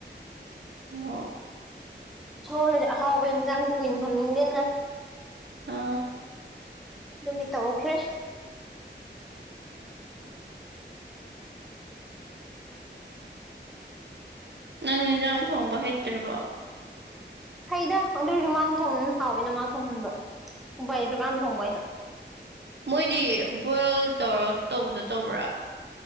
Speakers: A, on the right (about 65°); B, in the centre.
A: ꯑꯣ
B: ꯁꯣꯔꯖꯦ ꯑꯍꯥꯎꯕ ꯌꯦꯟꯖꯥꯡ ꯀꯨꯏꯅ ꯊꯝꯅꯤꯡꯗꯦꯗ
A: ꯑꯥ
B: ꯑꯗꯨꯒꯤ ꯇꯧꯈ꯭ꯔꯦ
A: ꯅꯪ ꯏꯟꯖꯥꯡ ꯊꯣꯡꯕ ꯍꯩꯇ꯭ꯔꯤꯕꯣ
B: ꯍꯩꯗ ꯑꯗꯨ ꯑꯣꯏꯔꯁꯨ ꯃꯥꯅ ꯊꯣꯡꯕ ꯍꯥꯎꯌꯦꯅ ꯃꯥ ꯊꯣꯡꯍꯟꯕ ꯎꯄꯥꯏ ꯂꯩꯇꯔꯀꯥꯟ ꯊꯣꯡꯕ ꯑꯩꯅ
A: ꯃꯣꯏꯗꯤ ꯕꯣꯏꯜ ꯇꯧꯔ ꯇꯧꯕꯗꯣ ꯇꯧꯕ꯭ꯔꯥ